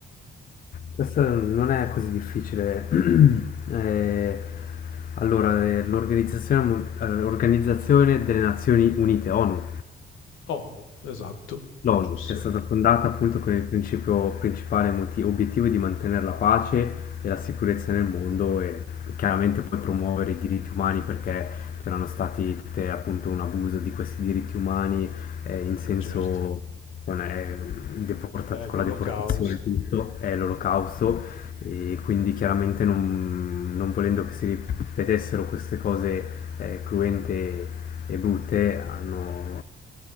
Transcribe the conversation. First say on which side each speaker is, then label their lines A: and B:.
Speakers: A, on the left (about 45°); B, on the left (about 80°).
A: questo non è così difficile. <clears throat> Eh, allora, eh, l'organizzazione, mu- eh, l'Organizzazione delle Nazioni Unite, ONU,
B: ONU, esatto,
A: L'ONU,
B: giusto.
A: che è stata fondata appunto con il principio principale moti- obiettivo di mantenere la pace e la sicurezza nel mondo e chiaramente poi promuovere i diritti umani perché c'erano stati tutte, appunto un abuso di questi diritti umani eh, in senso
B: Eh certo,
A: con, eh, deporta-
B: è l'olocausto.
A: con la deportazione e tutto, è l'olocausto e quindi chiaramente non, non volendo che si vedessero queste cose eh, cruente e brutte, hanno,